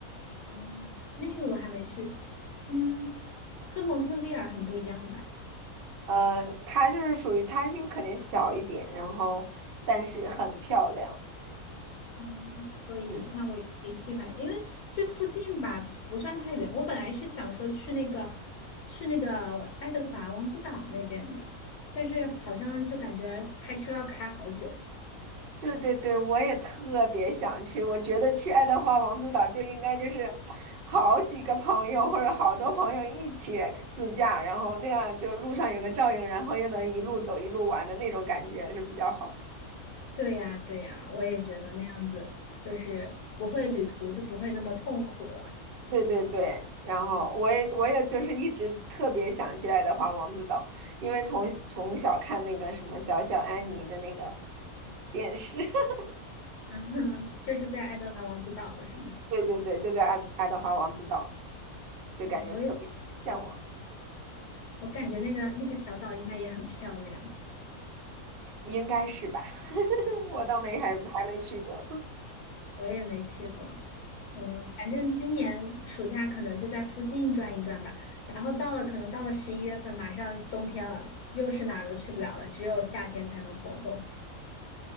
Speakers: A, on the left (about 85°); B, on the right (about 50°).
A: 哦，那个我还没去。嗯，跟蒙特利尔很不一样吧？
B: 呃，它就是属于它就肯定小一点，然后但是很漂亮。
A: 嗯，可以，
B: 嗯。
A: 那我也可以计划，因为这附近吧不算太远。我本来是想说去那个去那个爱德华王子岛那边的，但是好像就感觉开车要开好久。
B: 对对对，我也特别想去。我觉得去爱德华王子岛就应该就是好几个朋友或者好多朋友一起自驾，然后那样就路上有个照应，然后又能一路走一路玩的那种感觉是比较好的。
A: 对呀，对呀，我也觉得那样子就是不会旅途就不会那么痛苦了。
B: 对对对，然后我也我也就是一直特别想去爱德华王子岛，因为从从小看那个什么小小安妮的那个电视，<laughs>
A: <laughs> 嗯，这是在爱德华王子岛的是吗？
B: 对对对，就在爱爱德华王子岛，就感觉特别向往。
A: 嗯，我也我感觉那个那个小岛应该也很漂亮，
B: 应该是吧？<laughs> 我倒没还还没去过，
A: 我也没去过。嗯，反正今年暑假可能就在附近转一转吧。然后到了可能到了十一月份，马上冬天了，又是哪儿都去不了了，只有夏天才能活动。